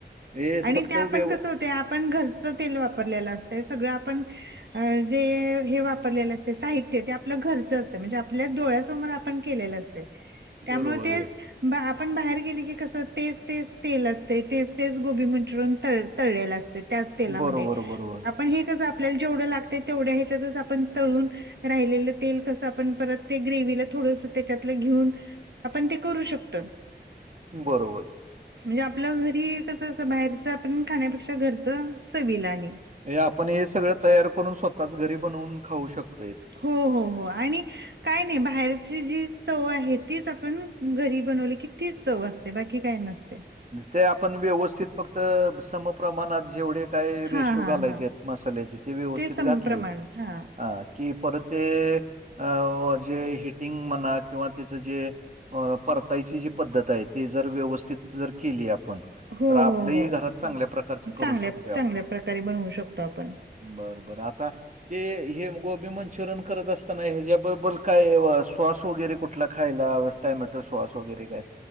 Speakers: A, on the right; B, on the right.
A: हे
B: आणि
A: फक्त
B: ते आपण
A: व्यव
B: कसं होतय, आपण घरचं तेल वापरलेलं असतंय, सगळं आपण अ जे हे वापरलेलं असतय, साहित्य ते आपलं घरचं असतय, म्हणजे आपल्या डोळ्यासमोर पण केलेलं असतय. त्यामुळे
A: बरोबर
B: तेच,
A: बरोबर
B: आपण बाहेर गेली की कस तेच तेच तेल असतय, तेच तेच कोबी मंन्चुरिअन तळलेल असतय, त्याच तेलामध्ये,
A: बरोबर बरोबर
B: आपण हे आपल्याला जेवढं लागतय, तेवढ्या ह्याच्यातच आपण तळून राहिलेलं तेल कसं, आपण परत ते ग्रेव्हीला थोडस त्याच्यातलं घेऊन आपण ते करू शकतो
A: बरोबर.
B: म्हणजे आपलं घरी कस, अस बाहेरच आपण खाण्यापेक्षा घरच चवीला, आणि
A: हे आपण हे सगळं तयार करून, स्वतःच घरी बनवुन खाऊ शकतो.
B: हो हो हो, आणि काय नाही बाहेर जी चव आहे, तीच आपण घरी बनवली की तीच चव असते, बाकी काय नसतय.
A: ते आपण व्यवस्थित फक्त समप्रमाणात जेवढे काय रेशो
B: हा हा
A: घालायचेत,
B: हा
A: मसाल्याचे, ते व्यवस्थित
B: समप्रमाण
A: घातले
B: हा
A: अ कि परत ते, अ जे हीटिंग म्हणा, किंवा त्याच जे अ परतायची जी पद्धत आहे, ती जर व्यवस्थित जर केली आपण
B: हो
A: तर आपल्याही
B: हो हो
A: घरात चांगल्या प्रकारचं करू
B: चांगल्या
A: शकतोय आपण.
B: चांगल्या प्रकारे बनवू शकतो आपण
A: बर बर, आता ते हे गोबी मंचुरियन करत असताना ह्याच्याबबल काय सॉस वगैरे कुठला खायला, टोमॅटो सॉस वगैरे काय?